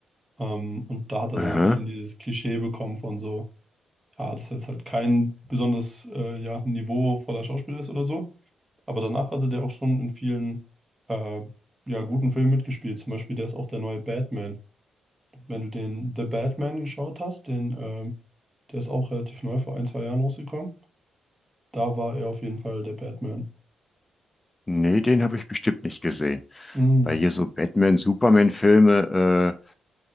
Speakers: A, on the right (about 20°); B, on the left (about 20°).
A: Ähm, und da hat er
B: Aha.
A: dann so ein bisschen dieses Klischee bekommen von so, ja, dass er jetzt halt kein besonders äh, ja, niveauvoller Schauspieler ist oder so. Aber danach hatte der auch schon in vielen äh, ja, guten Filmen mitgespielt. Zum Beispiel, der ist auch der neue Batman. Wenn du den The Batman geschaut hast, den, ähm, der ist auch relativ neu, vor ein, zwei Jahren rausgekommen. Da war er auf jeden Fall der Batman.
B: Nee, den habe ich bestimmt nicht gesehen.
A: Mm.
B: Weil hier so Batman, Superman-Filme äh,